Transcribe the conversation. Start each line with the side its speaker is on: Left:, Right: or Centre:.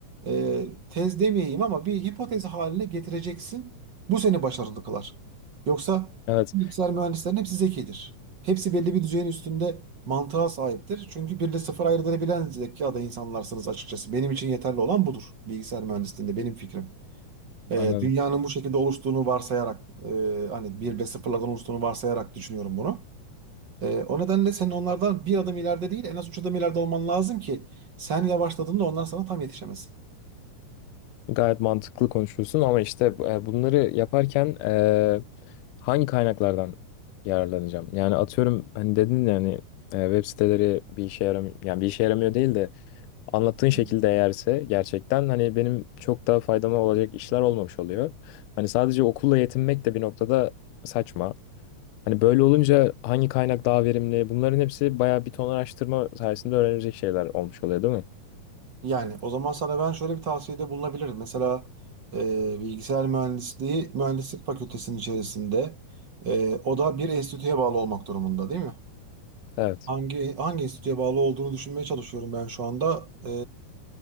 Right: e, tez demeyeyim ama bir hipotez haline getireceksin. Bu seni başarılı kılar. Yoksa
Left: Evet,
Right: bilgisayar mühendislerinin hepsi zekidir. Hepsi belli bir düzeyin üstünde mantığa sahiptir. Çünkü birle sıfır ayırt edebilen zekada insanlarsınız açıkçası. Benim için yeterli olan budur bilgisayar mühendisliğinde benim fikrim. E,
Left: anladım.
Right: dünyanın bu şekilde oluştuğunu varsayarak e, hani bir ve sıfırlardan oluştuğunu varsayarak düşünüyorum bunu. Ee, o nedenle senin onlardan bir adım ileride değil en az üç adım ileride olman lazım ki sen yavaşladığında onlar sana tam yetişemesin.
Left: Gayet mantıklı konuşuyorsun ama işte e, bunları yaparken e, hangi kaynaklardan yararlanacağım? Yani atıyorum hani dedin yani e, web siteleri bir işe yaramıyor yani bir işe yaramıyor değil de anlattığın şekilde
Right: Evet.
Left: eğerse gerçekten hani benim çok daha faydama olacak işler olmamış oluyor. Hani sadece okulla yetinmek de bir noktada saçma. Hani böyle olunca hangi kaynak daha verimli? Bunların hepsi bayağı bir ton araştırma sayesinde öğrenilecek şeyler olmuş oluyor, değil mi?
Right: Yani o zaman sana ben şöyle bir tavsiyede bulunabilirim. Mesela e, bilgisayar mühendisliği mühendislik fakültesinin içerisinde e, o da bir enstitüye bağlı olmak durumunda değil mi?
Left: Evet.
Right: Hangi hangi enstitüye bağlı olduğunu düşünmeye çalışıyorum ben şu anda. E,